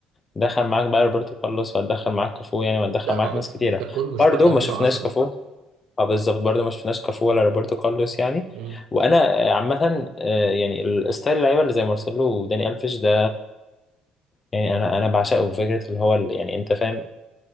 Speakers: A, on the left; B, on the right.
A: دخل معاك بقى روبرتو كارلوس وهتدخل معاك كافو يعني وهتدخل
B: لا
A: معاك
B: ما بت-
A: ناس كتيرة
B: ده كله مش
A: برضو
B: بعد 2010
A: ما شفناش كافو اه بالظبط برضو ما شفناش كافو ولا روبرتو كارلوس يعني
B: امم
A: وانا آه، عامة آه، يعني الستايل اللعيبة اللي زي مارسيلو وداني الفيش ده يعني انا انا بعشقه فكرة اللي هو ال- يعني انت فاهم